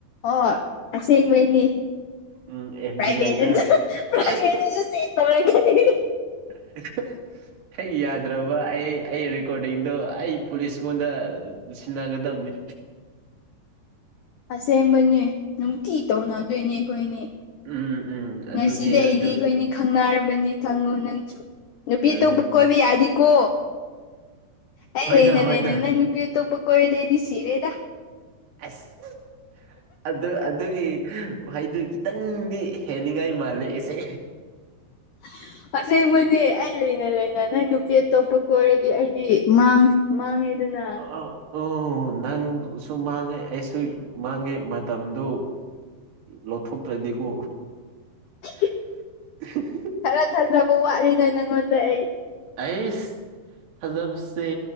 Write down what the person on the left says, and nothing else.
ꯑꯣ ꯑꯁꯦꯡꯕꯩꯅꯤ
ꯄ꯭ꯔꯥꯏꯚꯦꯠꯁꯨ
ꯄ꯭ꯔꯥꯏꯚꯦꯠꯁꯨ
ꯆꯦꯟ ꯇꯧꯔꯛꯒꯅꯤ
ꯑꯁꯦꯡꯕꯅꯦ ꯅꯨꯡꯇꯤ ꯇꯧꯅꯗꯣꯏꯅꯦ ꯑꯩꯈꯣꯏꯅꯤ
ꯉꯁꯤꯗꯤ
ꯑꯩꯗꯤ
ꯑꯩꯈꯣꯏꯅꯤ ꯈꯪꯅꯔꯕꯅꯤ ꯈꯪꯉꯣ ꯅꯪꯁꯨ ꯅꯨꯄꯤ
ꯑꯇꯣꯞꯄ ꯀꯣꯏꯕ ꯌꯥꯗꯦꯀꯣ ꯑꯩ
ꯂꯩꯅ
ꯂꯩꯅ ꯅꯪ ꯅꯨꯄꯤ ꯑꯇꯣꯞꯄ ꯀꯣꯏꯔꯗ ꯑꯩꯗꯤ ꯁꯤꯔꯦꯗ
<inaudible> ꯑꯁꯦꯡꯕꯅꯦ ꯑꯩ ꯂꯩꯅ ꯂꯩꯅ ꯅꯪ ꯅꯨꯄꯤ ꯑꯇꯣꯞꯄ ꯀꯣꯏꯔꯗꯤ ꯑꯩꯗꯤ ꯃꯥꯡꯉꯦꯗꯅ
<inaudible>
ꯈꯔ ꯊꯥꯖꯕ ꯋꯥꯠꯂꯤꯗ ꯅꯪꯉꯣꯟꯗ ꯑꯩ